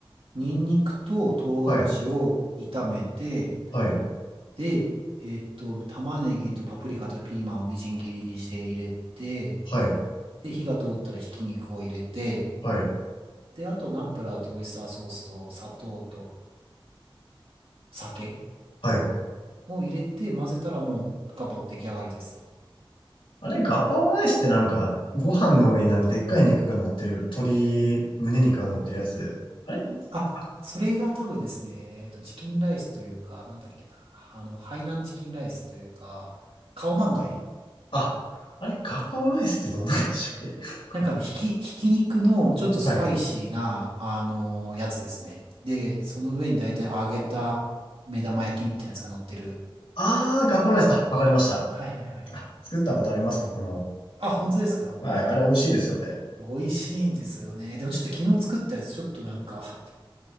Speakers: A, on the right (about 75°); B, on the left (about 70°).
A: ニンニクと唐辛子を炒めて、
B: はい、はい、
A: で、えっと、玉ねぎとパプリカとピーマンをみじん切りにして入れて、
B: はい、
A: で、火が通ったらひき肉を入れて、
B: はい、
A: で、あとナンプラーとオイスターソースと砂糖と酒
B: はい。
A: を入れて混ぜたらもうガパオ出来上がりです。
B: あれ、ガパオライスってなんか、ご飯の上になんかでっかい肉が乗ってる、鶏胸肉が乗ってるやつ。あれ
A: あ、
B: あ、
A: それが多分ですね、えっと、チキンライスというか、なんだっけな、あの、ハイナンチキンライスというか、カオマンガイ
B: あ、あれ、ガパオライスってどんなんでしたっけ <laughs> ガ
A: なんかあの、ひき、ひき肉のちょっとスパイシーな、
B: はい。
A: あのーやつですね。で、その上に大体揚げた目玉焼きみたいなやつが乗ってる。
B: ああ、ガパオライス。あ、わかりました。
A: はいはいはい。
B: あ、作ったことあります、僕も。
A: あ、本当ですか
B: はい、あれ美味しいですよね。
A: 美味しいんですよね。でもちょっと昨日作ったやつ、ちょっとなんか、